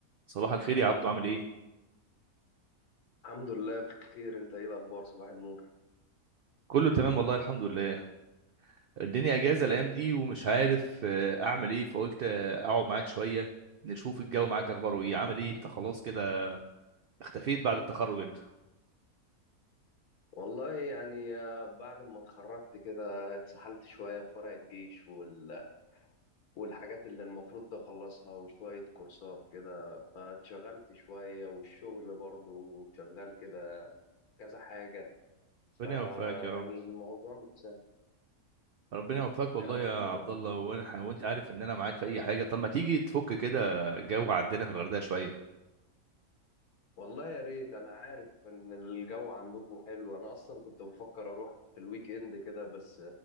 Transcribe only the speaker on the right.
صباح الخير يا عبدو عامل ايه
كله تمام والله الحمد لله الدنيا اجازه الايام دي ومش عارف آه، اعمل ايه فقلت آه، اقعد معاك شويه نشوف الجو معاك اخباره ايه عامل ايه انت خلاص كده اختفيت بعد التخرج انت
ربنا يوفقك يا رب
ربنا يوفقك والله
يا
عبد الله
وانا وانت عارف ان انا معاك في اي حاجه طب ما تيجي تفك كده جو عندنا في الغردقه شويه